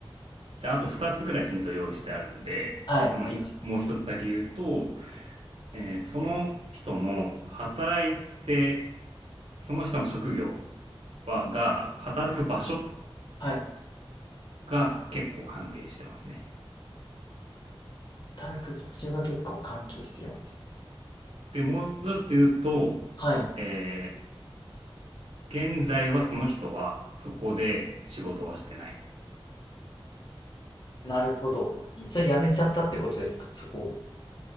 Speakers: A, on the right; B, on the left.
A: じゃああと2つぐらいヒント用意してあるんで、
B: はい、
A: そのいもう一つだけ言うと、
B: お願いします。
A: えーその人の働いて、その人の職業は、が、働く場所
B: はい。
A: が結構関係してますね。
B: 働く場所が結構関係してるんですね。
A: で、もうちょっと言うと、
B: はい。
A: えー現在はその人はそこで仕事はしてない。
B: なるほど。それやめちゃったってことですか、そこを。